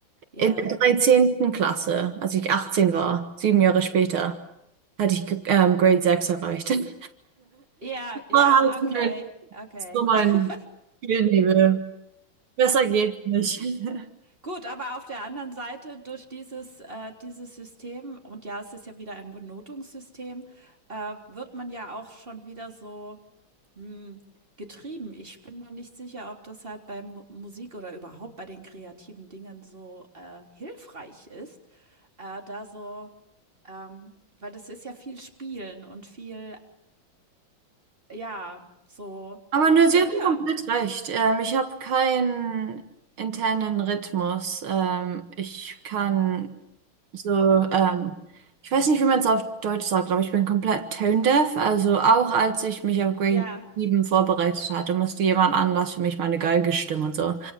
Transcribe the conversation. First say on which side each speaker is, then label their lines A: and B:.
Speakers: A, on the right; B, on the right.
A: Ja.
B: In der dreizehnten Klasse, als ich 18 war, sieben Jahre später, hatte ich ähm, Grade 6 erreicht. <laughs>
A: Ja, ja,
B: War halt
A: okay,
B: mein,
A: okay.
B: so mein
A: <laughs>
B: Spielnebel. Besser geht's nicht. <laughs>
A: Gut, aber auf der anderen Seite durch dieses, äh dieses System und ja, es ist ja wieder ein Benotungssystem, äh, wird man ja auch schon wieder so Hm, getrieben. Ich bin mir nicht sicher, ob das halt bei Mu Musik oder überhaupt bei den kreativen Dingen so, äh, hilfreich ist, äh, da so ähm, weil das ist ja viel Spielen und viel, ja, so
B: Aber ne,
A: probieren.
B: Sie hatten komplett recht. Ähm, ich habe keinen internen Rhythmus. Ähm, ich kann so, ähm, ich weiß nicht, wie man es auf Deutsch sagt, aber ich bin komplett tone deaf. Also auch als ich mich auf Grade
A: Ja.
B: sieben vorbereitet hatte, musste jemand anders für mich meine Geige stimmen und so.